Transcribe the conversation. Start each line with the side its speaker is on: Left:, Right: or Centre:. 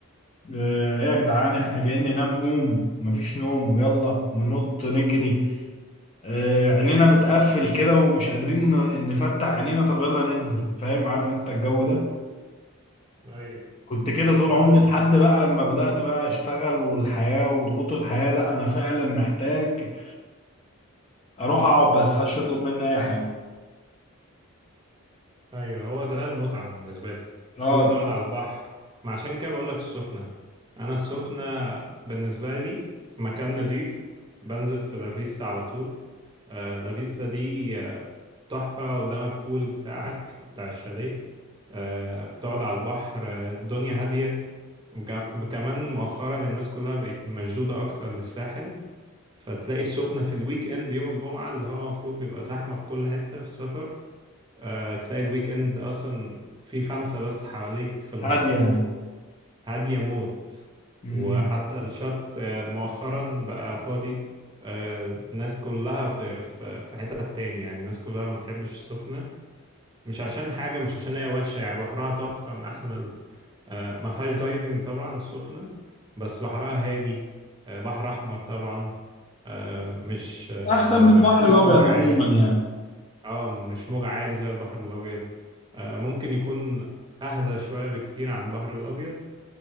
Left: آه، ايه يا جدعان احنا جايين ننام قوم مفيش نوم يلا ننط نجري آه، عينينا بتقفل كده ومش قادرين ن- نفتح عينينا طب يلا ننزل فاهم عارف انت الجو ده
Right: ايوه
Left: كنت كده طول
Right: ده
Left: عمري
Right: بن...
Left: لحد بقى اما بدأت بقى اشتغل والحياة وضغوط الحياة لا انا فعلا محتاج اروح اقعد بس محدش يطلب مني اي حاجة
Right: ايوه هو ده المتعه بالنسبه لي
Left: اقعد
Right: ان انت قاعد على البحر ما عشان كده بقول لك السخنه انا السخنه بالنسبه لي مكان نضيف بنزل في لافيستا على طول آه لافيستا دي آه، تحفه قدامك بول بتاعك بتاع الشاليه آه بتقعد على البحر آه، الدنيا هاديه وجا- وكمان مؤخرا الناس كلها بقت مشدوده اكتر للساحل فتلاقي السخنة في الويك اند يوم الجمعة اللي هو المفروض بيبقى زحمة في كل حتة في السفر آه تلاقي الويك اند أصلا في خمسة بس حواليك في البحر
Left: هادية يعني
Right: هادية موت
Left: مم.
Right: وحتى الشط آه، مؤخرا بقى فاضي آه الناس كلها في في في حتة تاني يعني الناس كلها ما بتحبش السخنة مش عشان حاجة مش عشان هي وحشة يعني بحرها تحفة من أحسن ال... آه ما فيهاش دايفنج طبعا السخنة بس بحرها هادي آه بحر أحمر طبعا آه مش آه
Left: احسن
Right: ما ما
Left: من البحر
Right: فيهوش
Left: الابيض
Right: موج عالي
Left: عموما يعني
Right: اه مش موج عالي زي البحر الابيض آه ممكن يكون اهدى شوية بكتير عن البحر الابيض